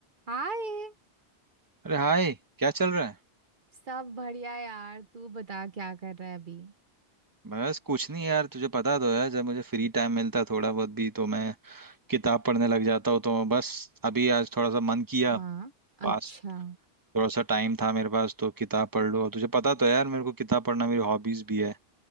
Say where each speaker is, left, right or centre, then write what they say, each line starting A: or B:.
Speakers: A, on the right; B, on the right.
A: हाय
B: अरे हाय क्या चल रहा है
A: सब बढ़िया यार तू बता क्या कर रहा है अभी
B: बस कुछ नहीं यार तुझे पता तो है जब मुझे फ्री टाइम मिलता है थोड़ा बहुत भी तो मैं किताब पढ़ने लग जाता हूँ तो बस अभी आज थोड़ा सा मन किया
A: हाँ अच्छा
B: पास थोड़ा सा टाइम था मेरे पास तो किताब पढ़ लो और तुझे पता तो है यार मेरे को किताब पढ़ना मेरी हॉबीज भी है